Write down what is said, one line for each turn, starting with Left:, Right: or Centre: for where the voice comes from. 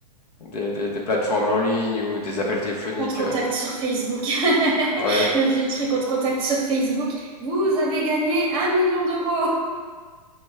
Left: des, des- des plateformes en ligne ou des appels téléphoniques.
Right: On te contacte
Left: euh,
Right: sur Facebook. <laughs>
Left: ouais,
Right: Le vieux truc, on te contacte sur Facebook. Vous avez gagné un million d'euros.